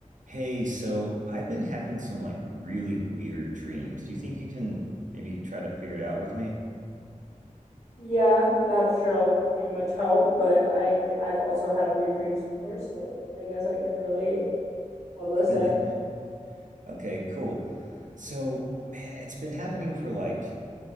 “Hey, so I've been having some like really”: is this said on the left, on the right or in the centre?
Right